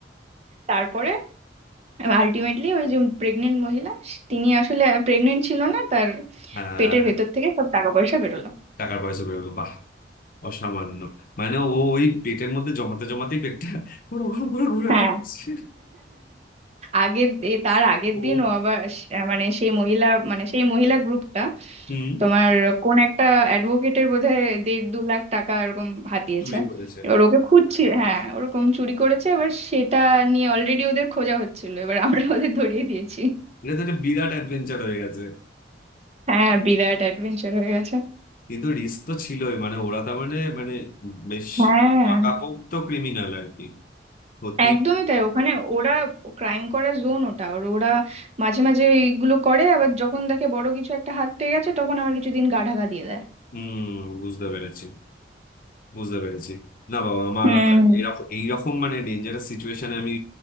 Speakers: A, on the right; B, on the left.
A: তারপরে আলটিমেটলি ওই যে প্রেগনেন্ট মহিলা স- তিনি আসলে প্রেগনেন্ট ছিল না তার
B: হ্যাঁ
A: পেটের ভেতর থেকে সব টাকা পয়সা বেরোলো
B: টাকার পয়সা বেরোলো বাহ অসামান্য মানে ও ওই পেটের মধ্যে জমাতে জমাতেই পেটটা ওরকম করে ঘুরে
A: হ্যাঁ
B: বেড়াচ্ছে
A: আগের এ- তার আগের
B: ও
A: দিন ও আবার স- মানে সেই মহিলা মানে সেই মহিলা গ্রুপটা
B: হুম
A: তোমার কোন একটা অ্যাডভোকেটের বোধহয় দেড় দু লাখ টাকা এরকম হাতিয়েছে
B: চুরি করেছে
A: এবার ওকে খুঁজছি হ্যাঁ ওরকম চুরি করেছে এবার সেটা নিয়ে অলরেডি ওদের খোঁজা হচ্ছিল এবার আমরা ওদের ধরিয়ে দিয়েছি
B: এটা তো একটা বিরাট অ্যাডভেঞ্চার হয়ে গেছে
A: হ্যাঁ বিরাট অ্যাডভেঞ্চার হয়ে গেছে
B: কিন্তু রিস্ক তো ছিলই মানে ওরা তার মানে মানে বেশ
A: হ্যাঁ
B: পাকাপোক্ত ক্রিমিনাল আর কি ক্ষতি
A: একদমই তাই ওখানে ওরা ক্রাইম করা জোন ওটা আর ওরা মাঝে মাঝে এইগুলো করে আবার যখন দেখে বড় কিছু একটা হাত পেয়ে গেছে তখন আবার কিছুদিন গা ঢাকা দিয়ে দেয়
B: হম বুঝতে পেরেছি বুঝতে পেরেছি না বাবা আমার
A: হুম
B: আবার এরকম এইরকম মানে ডেঞ্জারাস সিচুয়েশনে আমি